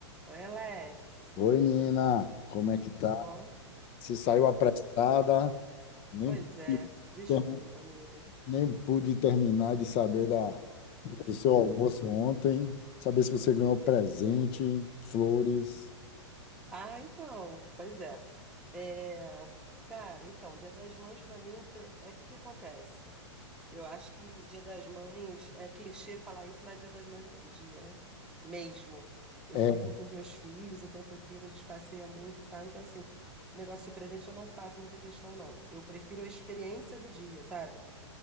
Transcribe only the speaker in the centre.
Oi, Alex.
Tudo
bom?
Tudo.
Pois é,
desculpa,
amigo.
Ah, então, pois é. É, cara, então, Dia das Mães pra mim o pre- é que que acontece? Eu acho que Dia das Mães é clichê falar isso, mas Dia das Mães é todo dia, né? Mesmo. Eu
vivo com os meus filhos o tempo inteiro, a gente passeia muito e tal. Então, assim, esse negócio de presente eu não faço muita questão, não. Eu prefiro a experiência do dia, sabe?